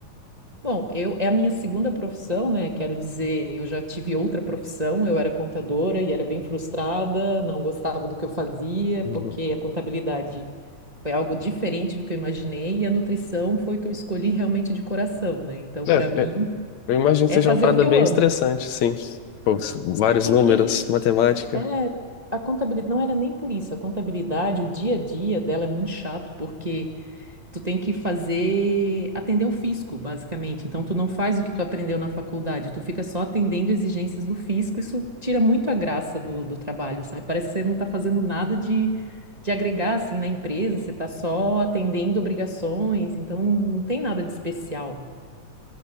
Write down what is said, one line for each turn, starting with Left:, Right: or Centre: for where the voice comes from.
Right: Bom, eu é a minha segunda profissão, né? Quero dizer, eu já tive outra profissão, eu era contadora e era bem frustrada, não gostava do que eu fazia, porque
Left: Uhum.
Right: a contabilidade foi algo diferente do que eu imaginei e a nutrição foi o que eu escolhi realmente de coração, né? Então,
Left: É,
Right: para mim,
Left: é, eu imagino
Right: é
Left: que seja
Right: fazer
Left: uma parada
Right: o que
Left: bem
Right: eu amo.
Left: estressante, sim. Tipo, vários
Right: É porque
Left: números, matemática.
Right: é, a contabilidade não era nem por isso, a contabilidade, o dia a dia dela é muito chato, porque tu tem que fazer, atender o fisco, basicamente. Então, tu não faz o que tu aprendeu na faculdade, tu fica só atendendo exigências do fisco. Isso tira muito a graça do, do trabalho, sabe? Parece que você não tá fazendo nada de, de agregar, assim, na empresa, você tá só atendendo obrigações, então não, não tem nada de especial.